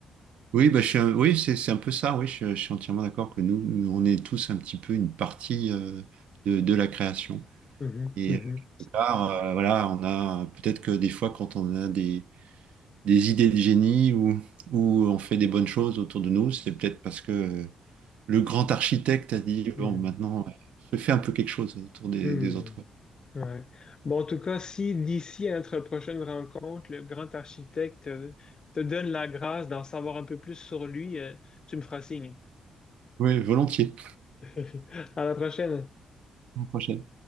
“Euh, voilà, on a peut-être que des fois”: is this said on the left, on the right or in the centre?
Right